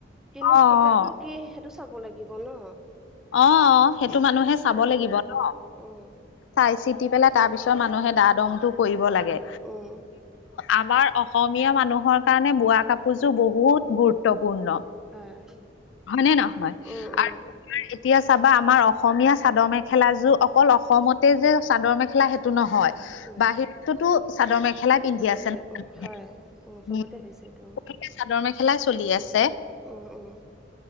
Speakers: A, in the centre; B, on the left (about 80°).
A: কিন্তু
B: অ' অ'
A: সূতাটো কি সেইটো চাব লাগিব ন।
B: অ', অ', সেইটো মানুহে চাব
A: উম
B: লাগিব ন।
A: উম
B: চাই-চিতি পেলাই তাৰ পিছত মানুহে দা- দমটো কৰিব লাগে।
A: উম
B: আমাৰ অসমীয়া মানুহৰ কাৰণে বোৱা কাপোৰযোৰ বহুত গুৰুত্বপূৰ্ণ।
A: হয়।
B: হয় নে নহয়,
A: উম উম
B: আৰ এতিয়া চাবা আমাৰ অসমীয়া চাদৰ মেখেলাযোৰ অকল অসমতে যে চাদৰ মেখেলা সেই সেটো নহয়,
A: উম
B: বাহিৰতটোতো চাদৰ মেখেলাই পিন্ধি
A: চবতে
B: আছে <unintelligible>
A: উম হয় উম চবতে হৈছে এইটো উম
B: চাদৰ মেখেলাই চলি আছে।
A: উম, উম।